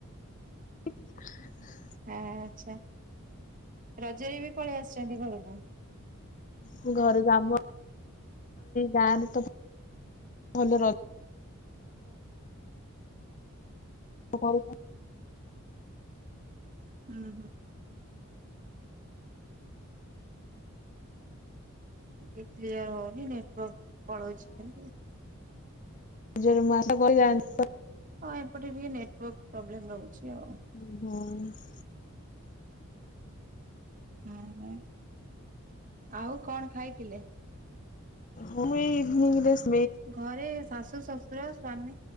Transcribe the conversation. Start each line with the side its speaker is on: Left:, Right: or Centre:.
Left: <inaudible>
Right: ହ ଆଛା ରଜରେ ବି ପଳେଇ ଆସିଛନ୍ତି ଘରକୁ
Left: ମୁଁ ଘର ଯାମ ଯା ତ <inaudible> ଭଲ ର ତାର <inaudible>
Right: ହୁଁ ହୁଁ ଟିକେ କ୍ଲିୟର ହଉନି ନେଟୱାର୍ ପଳଉଛି ଖାଲି।
Left: ଯର ମାସା କ ଜା <inaudible>
Right: ହଁ ଏପଟେ ଟିକେ ନେଟୱାର୍ ପ୍ରୋବ୍ଲେମ୍ ରହୁଛି ଆଉ
Left: ଜାଣିଛି ହଁ
Right: ହୁଁ ହଁ ଆଉ କଣ ଖାଇଥିଲେ?
Left: ହନିଂ ଦେ <inaudible>
Right: ଘରେ ଶାଶୁ ଶଶୁର ସ୍ଵାମୀ